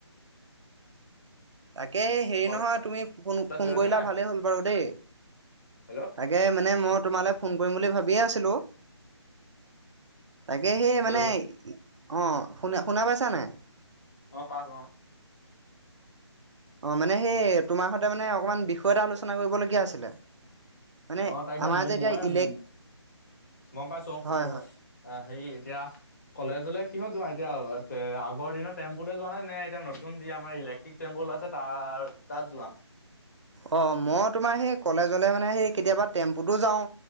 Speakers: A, on the right (about 80°); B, on the left (about 35°).
A: তাকে হেৰি
B: কলেজ
A: নহয় তুমি ফোন ফোন
B: গৈ আছা
A: কৰিলা
B: নে?
A: ভালেই হ'ল বাৰু দেই
B: হেল্ল'
A: তাক কে মানে মই তোমালে ফোন কৰিম বুলি ভাবিয়ে আছিলো। তাকে সেই
B: হেল্ল'
A: মানে অ শুনা শুনা পাইছা নাই?
B: অ পাইছো অ।
A: অ মানে সেই তোমাৰ সৈতে মানে অকমান বিষয় এটা আলোচনা কৰিবলগীয়া আছিলে। মানে
B: ন তাৰিখে
A: আমাৰ
B: মোৰ
A: যে
B: ময়ে
A: এতিয়া ইলেক
B: মো গম পাইছো অ
A: হয়
B: ৰবা।
A: হয়
B: অ হেই এতিয়া কলেজলে কিহত যোৱা এতিয়া আগৰ দিনৰ টেম্পুতে যোৱা নে নে এতিয়া নতুন যি আমাৰ ইলেক ক্টিক টেম্পু ওলাইছে তাৰ তাত যোৱা।
A: অ মই তোমাৰ সেই কলেজলে মানে সেই কেতিয়াবা টেম্পুটো যাওঁ।